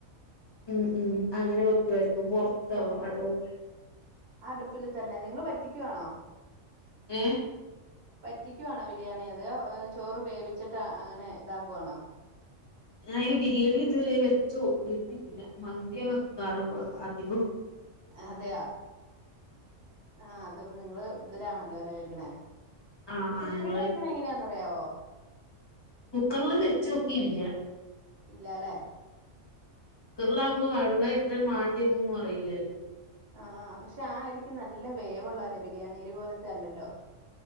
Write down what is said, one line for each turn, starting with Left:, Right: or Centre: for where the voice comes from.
Left: ഉം ഉം അങ്ങനെ വെക്കുവ അപ്പൊ പൊറത്താവുവോ അതോ ഉള്ളിലോ
Right: അടുപ്പില് തന്നെ നിങ്ങള് റ്റിക്കുവാണോ
Left: ഏഹ്
Right: വറ്റിക്കുവാണോ ബിരിയാണി അതോ ചോറ് വേവിച്ചിട്ട് അങ്ങനെ ഇതാക്കുവാണോ
Left: ഞാനയിന് ബിരിയാണി ഇതുവരെം വെച്ചുനോക്കിട്ടില്ല മന്തിയാ വെക്കാറ് ഇപ്പൊ അധികോം
Right: അതെയോ ആ അപ്പൊ നിങ്ങള് ഇതിലെ ആണ് അല്ലേ വെയ്ക്കുന്നെ
Left: ആഹ് ആഹ് ആഹ്
Right: കുക്കറില്
Left: ഞങ്ങള്
Right: വെയ്ക്കണെ എങ്ങനെയാന്ന് അറിയാവോ
Left: കുക്കർല് വെച്ചോക്കിയില്ല
Right: ഇല്ലാലേ
Left: കുക്കർലാവുമ്പൊ വെള്ളം എത്രെ മാ യതൊന്നും അറിയില്ലല്ലോ
Right: ആ ആ പക്ഷെ ആ അരിക്ക് നല്ല വേവുള്ളതല്ലേ ബിരിയാണിയരി പോലത്തെ അല്ലല്ലോ